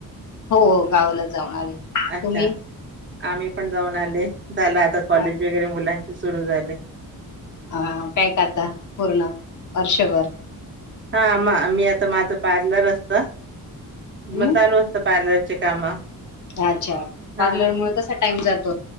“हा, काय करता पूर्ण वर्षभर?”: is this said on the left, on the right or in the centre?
Left